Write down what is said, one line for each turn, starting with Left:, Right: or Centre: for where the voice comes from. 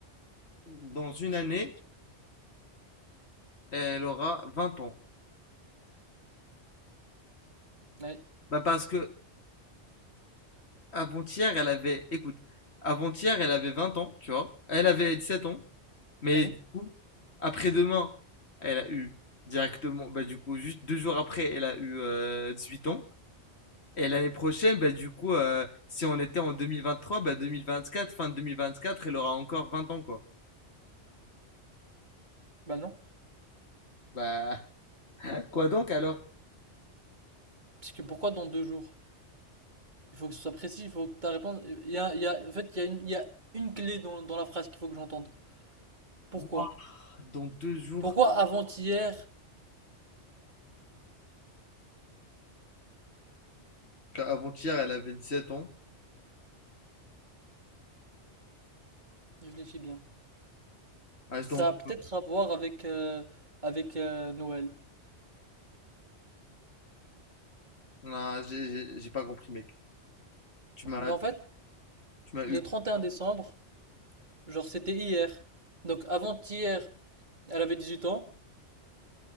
Left: Dans une année, elle aura 20 ans.
Right: Oui.
Left: Bah parce que avant-hier, elle avait... Écoute, avant-hier, elle avait 20 ans, tu vois. Elle avait 17 ans. Mais
Right: Oui?
Left: du coup, après-demain, elle a eu directement... Bah du coup, juste deux jours après, elle a eu euh, huit ans. Et l'année prochaine, bah, du coup, euh, si on était en 2023, bah, 2024, fin de 2024, elle aura encore 20 ans, quoi.
Right: Bah non.
Left: Bah, <laughs> quoi donc alors?
Right: Parce que pourquoi dans deux jours? Il faut que ce soit précis, il faut que ta réponse. Il y a, il y a- en fait, il y a une, il y a une clé dans, dans la phrase qu'il faut que j'entende. Pourquoi?
Left: Moi, Dans deux jours,
Right: Pourquoi avant-hier?
Left: avant-hier, elle avait 17 ans.
Right: Réfléchis bien.
Left: Ah,
Right: Ça
Left: donc,
Right: a peut-être à voir avec, euh, avec euh, Noël.
Left: non, j'ai j'ai- j'ai pas compris, mec. Tu m'as,
Right: Mais en fait,
Left: tu m'as eu.
Right: le 31 décembre, genre c'était hier. Donc avant-hier, elle avait 18 ans.